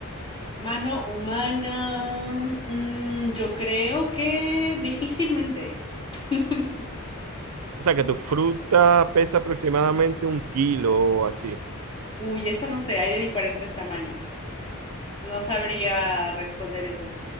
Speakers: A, on the left; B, on the right.
A: Mano humana, mm, yo creo que difícilmente. <laughs>
B: O sea, que tu fruta pesa aproximadamente un kilo o así.
A: Uy, eso no sé, hay de diferentes tamaños. No sabría responder eso.